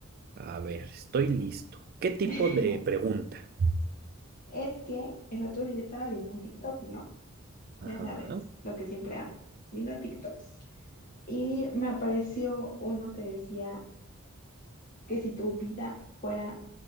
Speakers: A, on the right (about 45°); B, on the left (about 40°).
A: A ver, estoy listo. ¿Qué tipo
B: <laughs>
A: de pregunta?
B: Es que el otro día estaba viendo un TikTok, ¿no?
A: Ajá.
B: Ya sabes, lo que siempre hago, viendo TikToks. Y me apareció uno que decía que si tu vida fuera